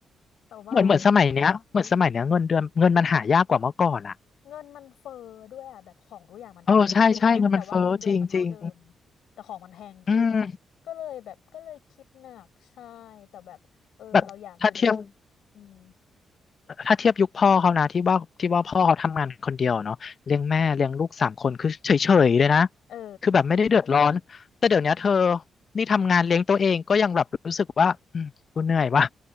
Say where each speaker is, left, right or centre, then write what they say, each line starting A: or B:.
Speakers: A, on the left (about 80°); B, on the left (about 50°).
A: แต่ว่า
B: เหมือนเหมือนสมัยเนี้ยเหมือนสมัยเนี้ยเงินเดือนเงินมันหายากกว่าเมื่อก่อนอ่ะ
A: เงินมันเฟ้อด้วยอ่ะแบบของทุกอย่างมันแพงขึ้นไงแต่ว่าเงินเดือนมันเท่าเดิม
B: เออใช่ใช่เงินมันเฟ้อจริงจริง
A: แต่ของมันแพงขึ้น
B: อืม
A: ก็เลยแบบก็เลยคิดหนักใช่แต่แบบเออเราอยากอยู่ใน
B: แบบถ้าเทียบ
A: อืม
B: ถ้าเทียบยุคพ่อเขานะที่ว่าที่ว่าพ่อเขาทำงานคนเดียวเนาะเลี้ยงแม่เลี้ยงลูกสามคนคือเฉยเฉยเลยนะ
A: เออ
B: คือแบบไม่ได้เดือดร้อนแต่เดี๋ยวเนี้ยเธอนี่ทำงานเลี้ยงตัวเองก็ยังแบบรู้สึกว่าอืมกูเหนื่อยว่ะ